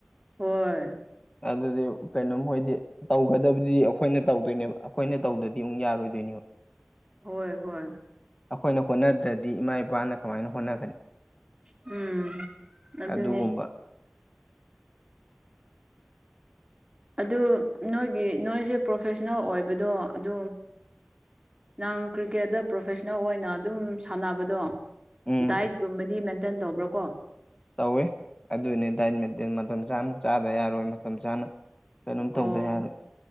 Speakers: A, on the right; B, on the left.
A: ꯍꯣꯏ
B: ꯑꯗꯨꯗꯤ ꯀꯩꯅꯣꯝ ꯍꯣꯏꯗꯤ ꯇꯧꯒꯗꯕꯗꯤ ꯑꯩꯈꯣꯏꯅ ꯇꯧꯗꯣꯏꯅꯦꯕ ꯑꯩꯈꯣꯏꯅ ꯇꯧꯗꯗꯤ ꯑꯃꯨꯛ ꯌꯥꯔꯣꯏꯗꯣꯏꯅꯦꯕ
A: ꯍꯣꯏ ꯍꯣꯏ
B: ꯑꯩꯈꯣꯏꯅ ꯍꯣꯠꯅꯗ꯭ꯔꯗꯤ ꯏꯃꯥ ꯏꯄꯥꯅ ꯀꯃꯥꯏꯅ ꯍꯣꯠꯅꯒꯅꯤ
A: ꯎꯝ ꯑꯗꯨꯅꯦ
B: ꯑꯗꯨꯒꯨꯝꯕ
A: ꯑꯗꯨ ꯅꯣꯏꯒꯤ ꯅꯣꯏꯁꯦ ꯄ꯭ꯔꯣꯐꯦꯁꯅꯦꯜ ꯑꯣꯏꯕꯗꯣ ꯑꯗꯨ ꯅꯪ ꯀ꯭ꯔꯤꯀꯦꯠꯇ ꯄ꯭ꯔꯣꯐꯦꯁꯅꯦꯜ ꯑꯣꯏꯅ ꯑꯗꯨꯝ ꯁꯥꯟꯅꯕꯗꯣ
B: ꯎꯝ
A: ꯗꯥꯏꯠꯀꯨꯝꯕꯅꯤ ꯃꯦꯟꯇꯦꯟ ꯇꯧꯕ꯭ꯔꯣ ꯀꯣ
B: ꯇꯧꯏꯦ ꯑꯗꯨꯅꯤ ꯗꯥꯏꯠ ꯃꯦꯟꯇꯦꯟ ꯃꯇꯝ ꯆꯥꯅ ꯆꯥꯗꯕ ꯌꯥꯔꯣꯏ ꯃꯇꯝ ꯆꯥꯅ ꯀꯩꯅꯣꯝ
A: ꯑꯣ
B: ꯇꯧꯗꯦ ꯍꯥꯏꯔꯦ